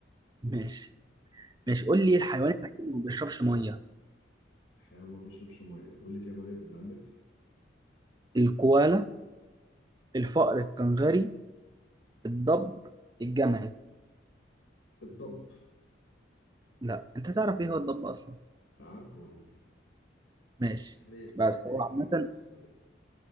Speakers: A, on the right; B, on the left.
A: ماشي ماشي
B: لسه
A: قول لي
B: سلام
A: الحيوان الوحيد اللي ما بيشربش مية
B: حيوان ما بيشربش ميه قول لي كده طيب اللي عندك
A: الكوالا الفأر الكنغري الضب الجمل
B: الضب
A: لا انت تعرف ايه هو الضب اصلا
B: عارفه والله
A: ماشي
B: سحلية
A: بس
B: سحلية
A: هو
B: كده
A: عامة
B: كبيرة في السعودية